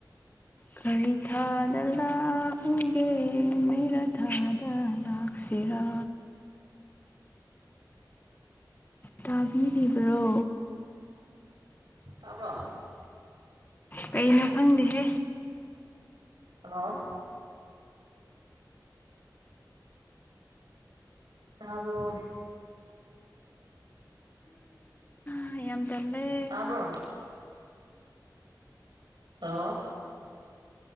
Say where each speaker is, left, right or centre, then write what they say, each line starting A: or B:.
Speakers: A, on the left (about 25°); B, on the right (about 80°).
A: ꯀꯔꯤ ꯊꯥꯗ ꯂꯥꯛꯎꯒꯦ ꯃꯩꯔꯥ ꯊꯥꯗ ꯂꯥꯛ ꯁꯦꯔꯥ ꯇꯥꯕꯤꯔꯤꯕ꯭ꯔꯣ
B: ꯇꯥꯕ꯭ꯔꯣ
A: ꯀꯩꯅꯣ ꯈꯪꯗꯦꯍꯦ
B: ꯍꯜꯂꯣ ꯇꯔꯣ
A: ꯃ ꯌꯥꯝ ꯇꯜꯂꯦ
B: ꯇꯥꯕ꯭ꯔꯣ ꯍꯜꯂꯣ